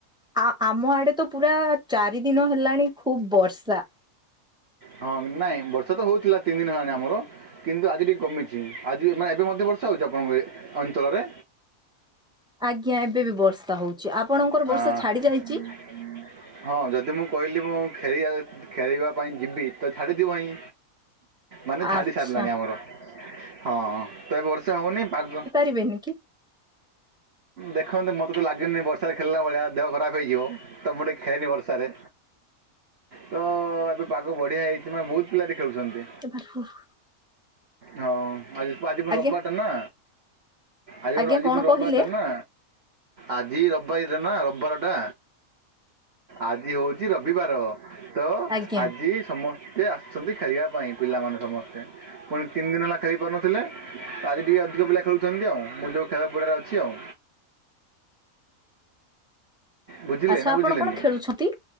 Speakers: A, in the centre; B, on the right.
A: ଆ ଆମ ଆଡେ ତ ପୁରା ଚାରି ଦିନ ହେଲାଣି ଖୁବ ବର୍ଷା।
B: ହଁ ନାଇଁ ବର୍ଷା ତ ହଉଥିଲା ତିନି ଦିନ ହେଲାଣି ଆମର କିନ୍ତୁ ଆଜି ଟିକେ କମିଛି ଆଜି ମାନେ ଏବେ ମଧ୍ୟ ବର୍ଷା ହେଉଛି ଆପଣଙ୍କ ଅଞ୍ଚଳରେ?
A: ଆଜ୍ଞା ଏବେ ବି ବର୍ଷା ହଉଛି ଆପଣଙ୍କର
B: ଆ,
A: ବର୍ଷା ଛାଡି ଯାଇଛି
B: <unintelligible> ହଁ ଯଦି ମୁଁ କହିଲି ମୁଁ ଖେଳ ଖେଳିବା ପାଇଁ ଯିବି ତ ଛାଡିଜିବ ହିଁ ମାନେ ଛାଡି
A: ଆଚ୍ଛା
B: ସାରିଲାଣି ଆମର ହଁ ତ ଏ ବର୍ଷା ହବନି ପାଗ
A: କି ବେନି କି?
B: ଦେଖନ୍ତୁ ମତେ ତ ଲାଗିନି ବର୍ଷାରେ ଖେଳିଲା ଭଳିଆ ଦେହ ଖରାପ ହେଇଯିବ ତ ମୁଁ ଟିକେ ଖେଲେନି ବର୍ଷା ରେ ତ ଏବେ ପାଗ ବଢିଆ ହେଇଚି ନା ବହୁତ ପିଲାଟି ଖେଳୁଚନ୍ତି।
A: ଏବେ କୁହ।
B: ହଁ ଆଜି ଆଜି ପା
A: ଆଜ୍ଞା
B: ରବବାଟା ନା ଆଜି
A: ଆଜ୍ଞା
B: ଆଜି
A: କଣ
B: ରବବାର
A: କହିଲେ
B: ଟା ନା ଆଜି ରବିବାରି ଟା ନା। ରବବାର ଟା ଆଜି ହଉଚି ରବିବାର। ତ
A: ଆଜ୍ଞା
B: ଆଜି ସମସ୍ତେ ଆସିଚନ୍ତି ଖେଳିଆ ପାଇଁ ପିଲାମାନେ ସମସ୍ତେ ପୁଣି ତିନି ଦିନ ହେଲା ଖେଳିପାରୁନଥିଲେ ତ ଆଜି ଟିକେ ଅଧିକ ପିଲା ଖେଳୁଛନ୍ତି ଆଉ ମୁଁ ଯେଉଁ ଖେଳପଡିଆ ରେ ଅଛି ଆଉ ବୁଝିଲେ
A: ଆଚ୍ଛା
B: ନା
A: ଆପଣ
B: ବୁଝିଲେନି
A: କଣ ଖେଳୁଛନ୍ତି